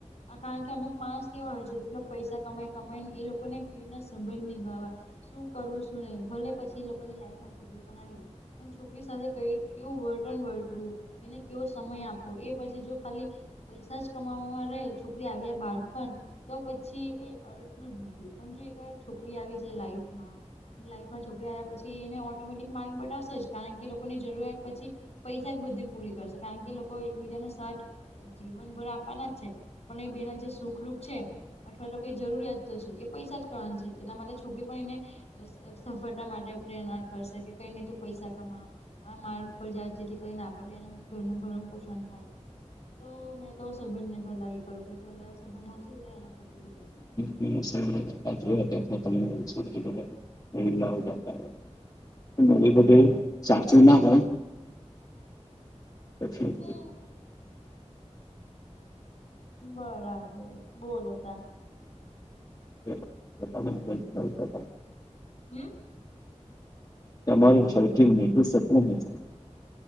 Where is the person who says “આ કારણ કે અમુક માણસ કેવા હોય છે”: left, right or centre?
Left